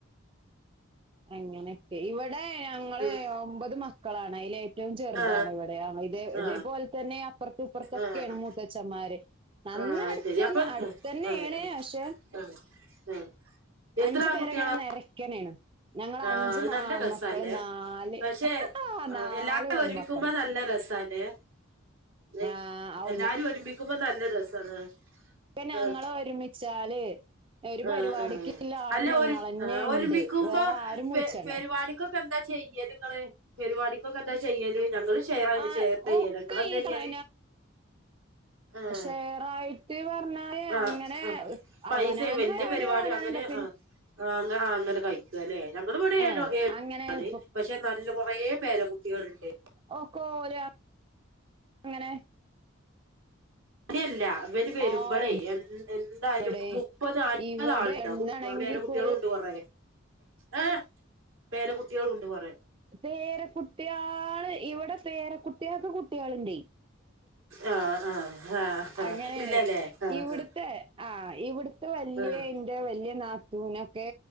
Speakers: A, on the right; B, on the right.
A: അങ്ങനെയൊക്കെ ഇവടെ ഞങ്ങള്
B: ഉം,
A: ഒമ്പത് മക്കളാണ് അയിലെ റ്റവും ചെറുതാണ്
B: ആ
A: ഇവടെ, ആ ഇതെ
B: ആ
A: ഇതേപോലെ തന്നെ അപ്പുറത്ത് ഇപ്പുറത്തൊക്കെയാണ്
B: ആ, ആ,
A: മൂത്തച്ഛന്മാര്. നന്ന
B: ആ,
A: അടുത്തൊന്ന്
B: ശരി അപ്പം
A: അടുത്തന്നെയാണ്
B: ആ, ആ,
A: പക്ഷേ
B: ആ, ആ. എത്ര
A: അഞ്ച്
B: ആൺകുട്ടികളാ
A: പേരങ്ങനെ നെരയ്ക്കനാണ്. ഞങ്ങള്
B: ആഹ്
A: അഞ്ച്
B: അത്
A: മ
B: നല്ല
A: ആൺമക്കളും
B: രസാല്ലേ
A: നാല്
B: പക്ഷെ
A: നല്
B: എല്ലാരും
A: പെൺമക്കളും.
B: ഒരുമിക്കുമ്പോ നല്ല <unintelligible>
A: ആഹ് ഔ
B: എല്ലാരും ഒരുമിക്കുമ്പോ നല്ല രസാണ്.
A: ഇപ്പൊ ഞങ്ങള്
B: ആഹ്
A: ഒരുമിച്ചാല് ഒരു
B: ആഹ്
A: പരിപാടിക്ക്ള്ള
B: ആഹ്
A: ആള്
B: അല്ല
A: ഞങ്ങൾന്നെ
B: ഒരു ഒരുമിക്കുമ്പോ
A: ഇണ്ട് വേറെ ആരും
B: പെ
A: വിളിച്ചണ്ട
B: പരിപാടിക്കൊക്കെ എന്താ ചെയ്യല് നിങ്ങള് പരിപാടിക്കൊക്കെ എന്താ ചെയ്യല് ഞങ്ങള് ഷെയർ
A: ആഹ്
B: ഷെയർ ചെയ്യല്
A: ഒക്കെ
B: ഇങ്ങളെന്താ
A: <unintelligible>
B: ചെയ്യല് ആഹ്
A: ഷെറായ്ട്ട് പറഞ്ഞാല്
B: ആഹ്
A: അങ്ങനെ
B: ആഹ് പൈസ
A: അവന ഞാനെന്റെ
B: വല്യ
A: പരിപാടിയള്
B: പരിപാടി
A: അവിടാണു
B: അങ്ങനെ
A: <unintelligible>
B: ആഹ് ആഹ് അങ്ങെ അങ്ങനെ കഴിക്കുവല്ലേ ഞങ്ങളിവിടെ ഏഴു
A: ആഹ്
B: ഏഴാണ്
A: അങ്ങനെ ഇപ്പൊ
B: പക്ഷെ നല്ല കൊറേ പേരെ കുട്ടികളുണ്ട്
A: ഓക്കോ ഓരാ അങ്ങനെ
B: രിയല്ല ഇവല് വരുമ്പോളേ
A: ആഹ്
B: എ എന്തായാലും
A: ഇവിടെ
B: മുപ്പത് അൻപത്
A: ഇവിടെ
B: ആളിണ്ടാവും
A: എന്നാണെങ്കി
B: പേര
A: ഇപ്പൊ
B: കുട്ടികളുണ്ട്
A: ഒരു
B: കൊറേ ആഹ് പേര കുട്ടികളുണ്ട് കൊറേ
A: പേരക്കുട്ടികള് ഇവിടെ പേരക്കുട്ടികൾക്ക് കുട്ടികളിണ്ടേ
B: ആഹ് ആഹ് ആഹ് ആഹ്
A: അങ്ങനെയാണ്
B: ഇല്ലല്ലേ ആഹ്
A: ഇവിടുത്തെ ആഹ് ഇവിടുത്തെ വലിയ
B: ആഹ്
A: ന്റെ വലിയ നാത്തൂനൊക്കെ